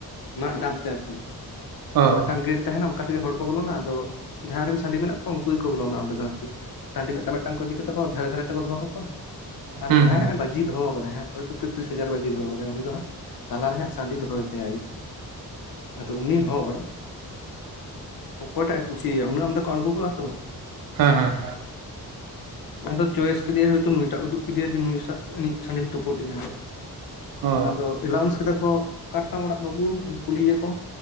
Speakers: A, on the left; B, on the right.
A: ᱢᱟᱫ ᱰᱟᱢ ᱛᱮ ᱟᱨᱠᱤ᱾
B: ᱚ
A: ᱟᱫᱚ ᱢᱮᱫᱴᱟᱝ ᱜᱮᱴ ᱛᱟᱦᱮᱱᱟ ᱚᱱᱠᱟ ᱛᱮᱜᱮ ᱦᱚᱲ ᱠᱚ ᱵᱚᱞᱚᱱᱟ ᱟᱫᱚᱼᱼ ᱡᱟᱦᱟᱸ ᱨᱮᱱ ᱥᱟᱺᱰᱤ ᱢᱮᱱᱟᱜ ᱠᱚᱣᱟ ᱩᱱᱠᱩ ᱜᱮᱠᱚ ᱵᱚᱞᱚᱱᱟ ᱚᱸᱰᱮ ᱫᱚ ᱟᱨᱠᱤ, ᱥᱟᱺᱰᱤ ᱢᱤᱫᱴᱟᱝ ᱢᱤᱫᱴᱟᱝ ᱠᱚ ᱤᱫᱤ ᱠᱚ ᱛᱟᱠᱚᱣᱟ ᱫᱷᱟᱨᱮ ᱫᱷᱟᱨᱮ ᱠᱚ ᱫᱚᱦᱚ ᱠᱚᱣᱟ᱾ ᱟᱨ
B: ᱦᱩᱸ ᱦᱮᱸ
A: ᱡᱟᱦᱟᱸᱭ
B: ᱦᱮᱸ
A: ᱦᱟᱸᱜ ᱵᱟᱡᱤᱭ ᱫᱚᱦᱚᱣ ᱠᱟᱫᱟ ᱦᱟᱜ ᱦᱚᱭᱛᱳ ᱛᱤᱨᱤᱥ ᱦᱟᱡᱟᱨ ᱵᱟᱡᱤᱭ ᱫᱚᱦᱚ ᱠᱟᱫᱟᱭ ᱩᱱᱤ ᱫᱚ ᱦᱟᱸᱜ, ᱛᱟᱞᱟᱨᱮᱦᱟᱸᱜ ᱥᱟᱺᱰᱤ ᱫᱚᱦᱚᱭ ᱛᱟᱭᱟᱭ᱾ ᱟᱫᱚ ᱩᱱᱤ ᱦᱚᱲᱼᱼᱼ ᱚᱠᱚᱭᱴᱟᱜ-ᱮ ᱠᱩᱥᱤᱭᱟᱭᱟ ᱩᱱᱟᱹᱜ ᱟᱢᱫᱟ ᱠᱚ ᱟᱬᱜᱳ ᱠᱚᱜᱼᱟ ᱛᱚ᱾
B: ᱦᱮᱸ ᱦᱮᱸ᱾
A: ᱟᱫᱚ ᱪᱚᱭᱮᱥ ᱠᱮᱫᱮᱟᱭ ᱦᱚᱭᱛᱳ ᱱᱩᱭᱴᱟᱜ ᱩᱫᱩᱜ ᱠᱮᱫᱮᱟᱭᱟ ᱡᱮ ᱱᱩᱭᱥᱟᱜ ᱤᱡ ᱥᱟᱺᱰᱤᱧ ᱛᱩᱯᱩᱫᱮᱭᱟ᱾
B: ᱚ ᱚ ᱦᱩᱸ ᱦᱩᱸ ᱚ ᱦᱮᱸ ᱦᱮᱸ ᱚ
A: ᱟᱫᱚ ᱮᱞᱟᱣᱩᱱᱥ ᱠᱮᱫᱟ ᱠᱚ ᱚᱠᱟ ᱨᱮᱛᱟᱢ ᱚᱲᱟᱜ ᱵᱟᱹᱵᱩ ᱠᱩᱞᱤᱭ ᱭᱟᱠᱚ